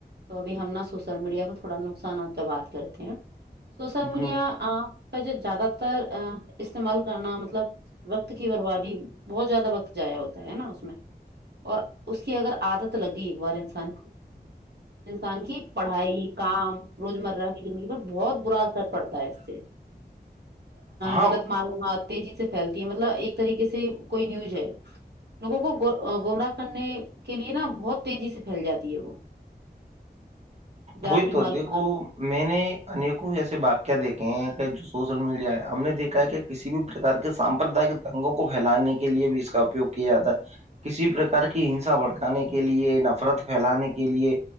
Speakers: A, on the right; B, on the right.
A: تو ابھی ہم نا سوشل میڈیا کو تھوڑا نقصانات پہ بات کرتے ہیں سوشل میڈیا
B: ہ
A: پ زیادہ تر ا استعمال کرنا مطلب وقت کی بربادی بہت زیادہ وقت جایا ہوتا ہے نا اس میں اور اس کی اگر عادت لگ گئی ایک بار انسان کو انسان کی پڑھائی کام روزمرہ کی زندگی پر بہت برا اثر پڑتا ہے اس سے
B: ہاں
A: غلط معلومات تیزی سے پھیلتی ہے مطلب ایک طریقے سے کوئی نیوز ہے نگ کو گومرہ کرنے کے لیے نا بہت تیزی سے پھیل جاتی ہے وہ جذات
B: وہی تو
A: معلومات
B: دیکھو میں نے انیکوں ایسے واقع دیکھے ہیں کہ جو سوشل میڈیا ہے ہم نے دیکھا ہے کہ کسی بھی پرار کے سامپرداائک رنگوں کو پھیلانے کے لیے بھی اس کا اپیوگ کیا جاتا ہے کسی پرکار کی ہنسا بھڑکانے کے لیے نفرت پھیلانے کے لیے